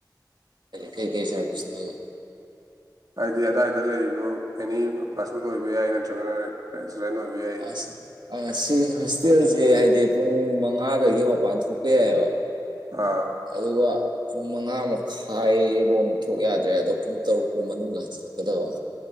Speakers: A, on the right; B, on the right.
A: ꯀꯩ ꯀꯩ ꯁꯔꯕꯤꯁ ꯂꯩ
B: ꯍꯥꯏꯗꯤ ꯑꯗꯥꯏꯗ ꯂꯩꯔꯤꯕ ꯑꯦꯅꯤ ꯐꯥꯁ ꯐꯨꯗ ꯑꯣꯏꯕ ꯌꯥꯏ ꯅꯠꯇ꯭ꯔꯒꯅ ꯔꯦꯁꯇꯨꯔꯦꯟ ꯑꯣꯏꯕ ꯌꯥꯏ
A: ꯑꯁ ꯑ ꯁꯤ ꯍꯣꯁꯇꯦꯜꯁꯦ ꯍꯥꯏꯗꯤ ꯄꯨꯡ ꯃꯉꯥꯗꯒꯤ ꯃꯄꯥꯟ ꯊꯣꯛꯄ ꯌꯥꯏꯑꯕ
B: ꯑꯥ
A: ꯑꯗꯨꯒ ꯄꯨꯡ ꯃꯉꯥ ꯃꯈꯥꯏꯐꯧꯛ ꯊꯣꯛ ꯌꯥꯗ꯭ꯔꯦ ꯑꯗꯣ ꯄꯨꯡ ꯇꯔꯨꯛ ꯐꯥꯎ ꯃꯅꯨꯡꯗ ꯗꯣ